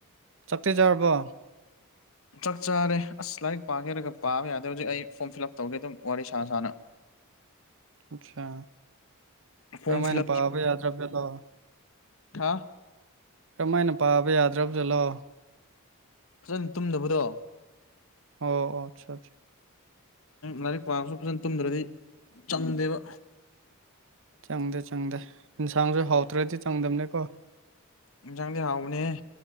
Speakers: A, on the right; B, on the left.
A: ꯆꯞꯇꯤ ꯆꯥꯔꯕꯣ
B: ꯆꯥꯛ ꯆꯥꯔꯦ ꯑꯁ ꯂꯥꯏꯔꯤꯛ ꯄꯥꯒꯦꯔꯒ ꯄꯥꯕ ꯌꯥꯗꯦ ꯍꯧꯖꯤꯛ ꯑꯩ ꯐꯣꯔꯝ ꯐꯤꯜ ꯑꯞ ꯇꯧꯒꯦ ꯑꯗꯨꯝ ꯋꯥꯔꯤ ꯁꯥ ꯁꯥꯅ
A: ꯑꯆꯥ ꯀꯔꯃꯥꯏꯅ
B: ꯐꯣꯝ ꯐꯤꯜ
A: ꯄꯥꯕ ꯌꯥꯗ꯭ꯔꯦꯗ
B: ꯊꯥ
A: ꯀꯔꯝꯃꯥꯏꯅ ꯄꯥꯕ ꯌꯥꯗ꯭ꯔꯕꯖꯂꯣ
B: ꯐꯖꯅ ꯇꯨꯝꯗꯕꯗꯣ
A: ꯑꯣ ꯑꯠꯆꯥ ꯑꯠꯆꯥ
B: ꯂꯥꯏꯔꯤꯛ ꯄꯥꯕꯁꯨ ꯐꯖꯅ ꯇꯨꯝꯗ꯭ꯔꯗꯤ ꯆꯪꯗꯦꯕ
A: ꯆꯪꯗꯦ ꯆꯪꯗꯦ ꯏꯟꯁꯥꯡꯁꯨ ꯍꯥꯎꯇ꯭ꯔꯗꯤ ꯆꯪꯗꯝꯅꯤꯀꯣ
B: ꯌꯦꯟꯁꯥꯡꯗꯤ ꯍꯥꯎꯕꯅꯦꯍꯦ